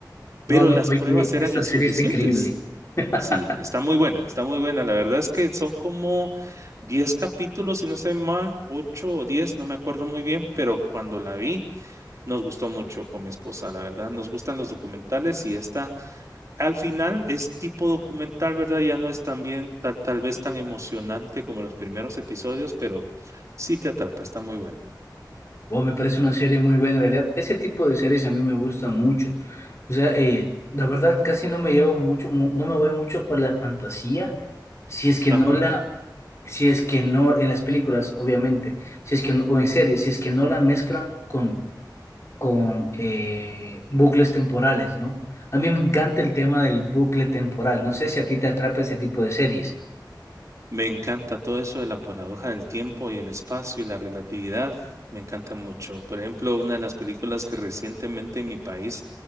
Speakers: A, on the right (about 45°); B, on the left (about 40°).
A: pero
B: Wow, me-
A: las
B: oye,
A: pruebas eran
B: esta
A: insuficientes.
B: serie está increíble. <laughs>
A: Sí, está muy buena, está muy buena. La verdad es que son como 10 capítulos, si no estoy mal, 8 o 10 no me acuerdo muy bien, pero cuando la vi nos gustó mucho con mi esposa, la verdad. Nos gustan los documentales y esta al final es tipo documental, ¿verdad? Ya no es tan bien, tal, tal vez tan emocionante como los primeros episodios, pero sí te atrapa, está muy buena.
B: Wow, me parece una serie muy buena en realidad. Ese tipo de series a mí me gustan mucho. O sea, eh, la verdad casi no me llevo mucho, mu- no me voy mucho por la fantasía, si es que
A: Ajá.
B: no la, si es que no en las películas, obviamente, si es que no- o en series, si es que no la mezclan con con eh, bucles temporales, ¿no? A mí me encanta el tema del bucle temporal. No sé si a ti te atrapa ese tipo de series.
A: Me encanta todo eso de la paradoja del tiempo y el espacio y la relatividad. Me encanta mucho. Por ejemplo, una de las películas que recientemente en mi país